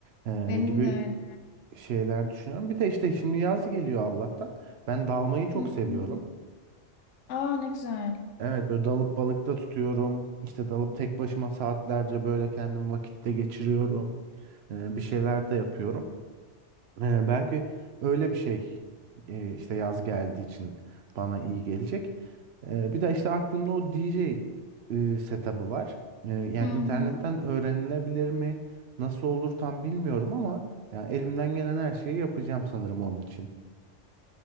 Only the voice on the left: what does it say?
Benim
de öyle.
Hı
hı. Aa ne güzel.
Hı hı.